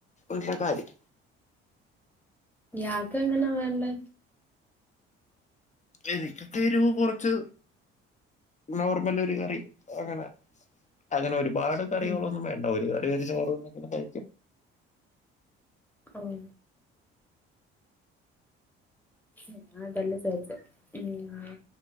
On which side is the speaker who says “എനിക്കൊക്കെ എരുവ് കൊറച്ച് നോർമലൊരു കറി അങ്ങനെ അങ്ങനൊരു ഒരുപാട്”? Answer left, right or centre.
Left